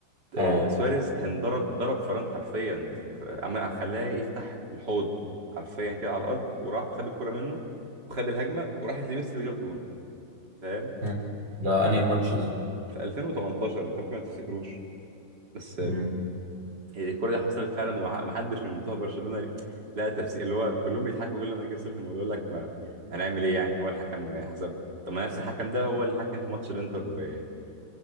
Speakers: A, on the right; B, on the right.
A: اه
B: آه، سواريز كان ضرب ضرب فران حرفيا عمل خلاه يفتح الحوض حرفيا كده على الارض وراح وخد الكرة منه وخد الهجمه وراحت لميسي وجاب جون فاهم
A: مم. ده انهي ماتش ده
B: في 2018 انت ممكن ما تفتكروش بس
A: مم.
B: آه، هي الكرة دي حصلت فعلا ومحدش من بتوع برشلونه ليه- لا تفسير اللي هو كلهم بيضحكوا كل ما يجي سيره الموضوع يقول لك ما هنعمل ايه يعني هو الحكم حسب طب ما نفس الحكم ده هو اللي حكم في ماتش الانتر والانتر